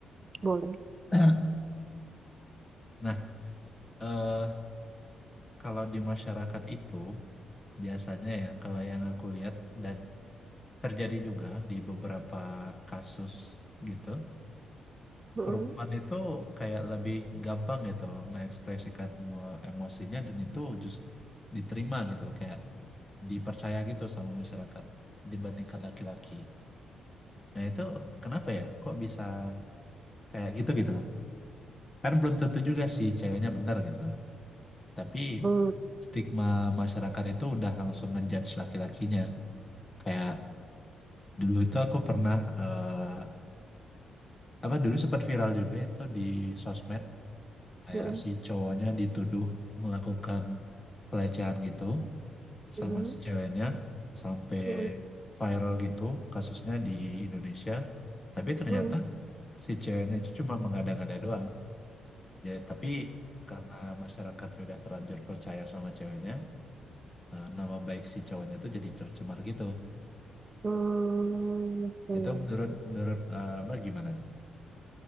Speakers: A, on the right (about 20°); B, on the left (about 15°).
A: Boleh.
B: <clears throat> Nah, eh, kalau di masyarakat itu biasanya ya kalau yang aku lihat dan terjadi juga di beberapa kasus gitu,
A: Heeh,
B: perempuan itu kayak lebih gampang gitu mengekspresikan eh, emosinya dan itu justru diterima gitu loh kayak dipercaya gitu sama masyarakat dibandingkan laki-laki. Nah itu kenapa ya kok bisa kayak gitu gitu loh? Kan belum tentu juga sih ceweknya benar gitu loh. Tapi
A: heeh,
B: stigma masyarakat itu udah langsung ngejudge laki-lakinya. Kayak dulu itu aku pernah eh, apa dulu sempat viral juga itu di sosmed kayak
A: heeh,
B: si cowoknya dituduh melakukan pelecehan gitu
A: heeh,
B: sama si ceweknya sampai
A: heeh,
B: viral gitu kasusnya di Indonesia tapi ternyata
A: heeh.
B: si ceweknya itu cuma mengada-ngada doang jadi tapi karena masyarakat sudah terlanjur percaya sama ceweknya eh, nama baik si cowoknya itu jadi tercemar gitu
A: Hmm, Oke.
B: itu menurut menurut eh, Mbak gimana tuh?